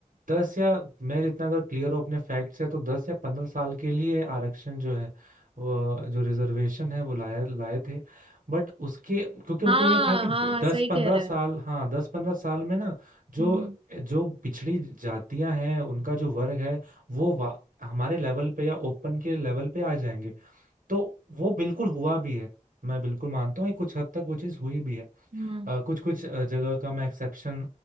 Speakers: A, on the right; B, on the right.
A: दस या मैं जितना अगर क्लियर हूँ अपने फैक्ट से तो दस या पंद्रह साल के लिए आरक्षण जो है वो जो रिजर्वेशन है वो लाए लाए थे बट उसके क्योंकि उनको
B: हाँ
A: ये था कि द-
B: हाँ
A: दस
B: सही
A: पंद्रह
B: कह रहा
A: साल
B: है
A: हाँ दस पंद्रह साल में ना जो
B: हम्म
A: जो पिछड़ी जातियां हैं उनका जो वर्ग है वो वा- हमारे लेवल पे या ओपन के लेवल पे आ जाएंगे तो वो बिल्कुल हुआ भी है मैं बिल्कुल मानता हूँ कि कुछ हद तक वो चीज़ हुई भी है
B: हम्म
A: अ, कुछ कुछ अ, जगह का मैं एक्सेप्शन